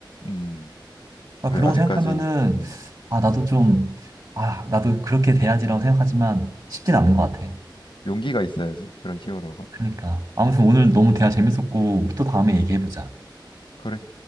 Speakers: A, on the left (about 80°); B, on the right (about 55°).
A: 음.
B: 그러니까
A: 그래
B: 그런
A: 아직까지
B: 거 생각하면은
A: 음,
B: 아 나도 좀 아 나도 그렇게 돼야지라고 생각하지만 쉽진 않은
A: 음.
B: 것 같아.
A: 용기가 있어야지 그런 히어로가.
B: 그러니까 아무튼 오늘
A: 음,
B: 너무 대화 재밌었고 또 다음에 얘기해보자.
A: 그래.